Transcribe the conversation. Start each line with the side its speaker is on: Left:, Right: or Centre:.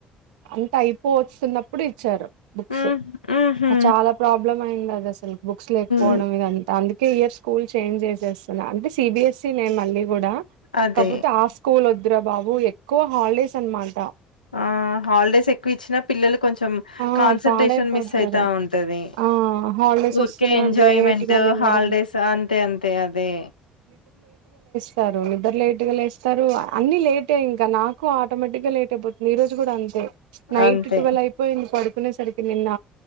Right: అంత అయిపో వస్తున్నప్పుడు ఇచ్చారు బుక్స్
Left: మ్ మ్హు
Right: చాలా ప్రాబ్లమ్ అయింది అది అసలు బుక్స్ లేకపోవడం
Left: మ్
Right: ఇద అంతా అందు ఒక ఇయర్ స్కూల్ చేంజ్ చేసేస్తున్నా అంటే సిబిఎస్ఈ నేమ్ మళ్లి గుడా
Left: అదే
Right: కాకపోతే ఆ స్కూల్ వద్దురా బాబు ఎక్కువ హాలిడేస్ అనమాట
Left: ఆ హాలిడేస్ ఎక్కువ ఇచ్చినప్పు పిల్లలు కొంచెం
Right: ఆ
Left: కాన్సన్ంట్రేషన్
Right: పాడైపోతారు
Left: మిస్ అయితా ఉంటంది
Right: ఆ హాలిడేస్
Left: ఊరికే
Right: వస్తున్నా
Left: ఎంజాయ్ం
Right: లేట్గా
Left: మెట్
Right: లేవడం
Left: హాలిడేస్ అంతే అంతే అదే
Right: ఇస్తారు నిద్దరు లేట్ గా లేస్తారు అన్ని లేట్ ఇంకా నాకు ఆటోమేటిక్ గా లేట్ అయిపోతుంది ఈ రోజు గుడా అంతే నైట్
Left: అంతే
Right: ట్వెల్ అయిపోయింది పడుకునేసరికి నిన్న